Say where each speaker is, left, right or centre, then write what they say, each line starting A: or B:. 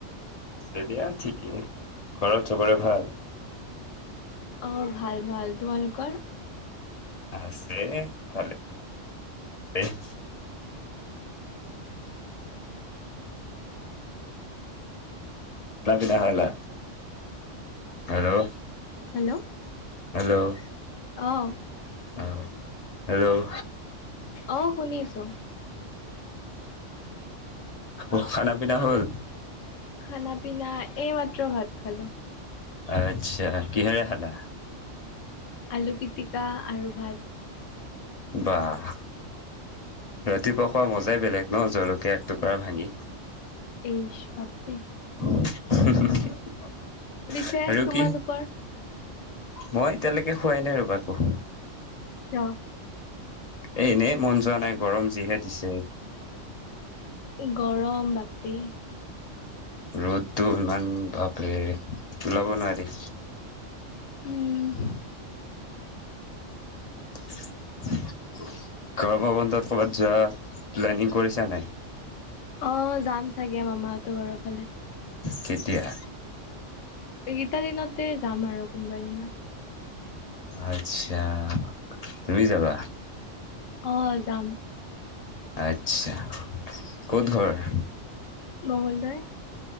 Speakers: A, on the left (about 40°); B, on the left (about 80°).
A: এতিয়া ঠিকেই। ঘৰত চবৰে ভাল?
B: অ', ভাল ভাল। তোমালোকৰ?
A: আছে। ভালে <unintelligible> না পিনা খালা? হেল্ল'
B: হেল্ল'
A: হেল্ল'
B: অঁ
A: অ, হেল্ল'
B: অ', শুনি আছোঁ।
A: এ' খানা পিনা হ'ল?
B: খানা পিনা এইমাত্ৰ ভাত খালোঁ।
A: আচ্ছা। কিহেৰে খালা?
B: আলু পিটিকা আৰু ভাত।
A: বাহ'। ৰাতিপুৱা খোৱা মজাই বেলেগ ন জলকীয়া একটুকুৰা ভাঙি।
B: এইছ বাপৰে।
A: <unintelligible>
B: বিছে
A: আৰু
B: তোমালোকৰ?
A: কি মই এতিয়ালৈকে খোৱাই নাই ৰ'বা একো।
B: কিয়?
A: এ এনেই মন যোৱা নাই গৰম যিহে দিছে।
B: গৰম বাপৰে।
A: ৰ'দটো ইমান ভাপৰে ওলাব নোৱাৰি।
B: উম।
A: <inaudible> গৰমৰ বন্ধত ক'ৰবাত যোৱা প্লেনিং কৰিছা নাই?
B: অ', যাম চাগে মামাহঁতৰ ঘৰৰফালে।
A: কেতিয়া?
B: এইকেইটা দিনতে যাম আৰু কোনোবাই দিনা।
A: আচ্ছা তুমি যাবা?
B: আহ যাম।
A: আচ্ছা, ক'ত ঘৰ?
B: মঙলদৈ।